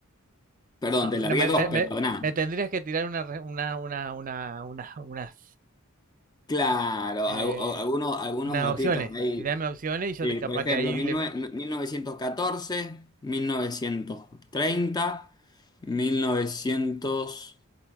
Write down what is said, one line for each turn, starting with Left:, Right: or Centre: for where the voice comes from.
Left: Perdón,
Right: Ah,
Left: te largué
Right: no, me,
Left: dos,
Right: me- me-
Left: pero nada.
Right: me tendrías que tirar una, re- una, una, una, una- unas,
Left: Claro,
Right: eh,
Left: algu- algunos, algunos
Right: unas
Left: datitos
Right: opciones.
Left: ahí.
Right: Tirarme opciones y yo
Left: Sí,
Right: te- capaz
Left: por ejemplo,
Right: que ahí
Left: mil
Right: le,
Left: mil mil novecientos novecientos catorce, mil novecientos treinta, mil novecientos